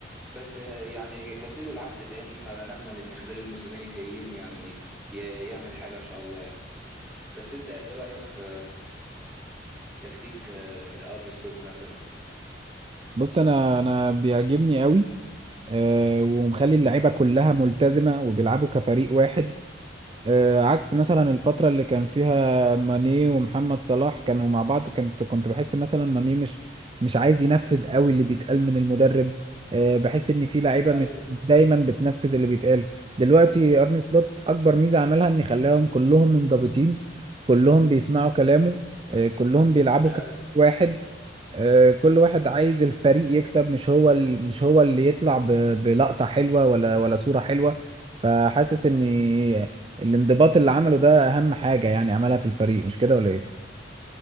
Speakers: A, in the centre; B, on the right.
A: بس يعني جددوا العقد تاني فنأمل ان خلال الموسمين الجايين يعني ي- يعمل حاجه ان شاء الله يعني بس انت ايه رأيك في تكتيك ارن سلوت مثلا
B: بص انا انا بيعجبني قوي آه، ومخلي اللعيبه كلها ملتزمه وبيلعبوا كفريق واحد آه، عكس مثلا الفترة اللي كان فيها ماني ومحمد صلاح كانوا مع بعض كنت كنت بحس مثلا ماني مش مش عايز ينفذ قوي اللي بيتقال من المدرب آه، بحس ان في لعيبة
A: ايوه
B: مش دايما بتنفذ اللي بيتقال دلوقتي ارني سلوت اكبر ميزة عملها ان خلاهم كلهم منضبطين كلهم بيسمعوا كلامه آه، كلهم بيلعبوا
A: فعلا
B: كلاعب واحد آه، كل واحد عايز الفريق يكسب مش هو ال- مش هو اللي يطلع ب- بلقطة حلوة ولا ولا صورة حلوة فحاسس ان الانضباط اللي عمله ده اهم حاجه يعني عملها في الفريق مش كده ولا ايه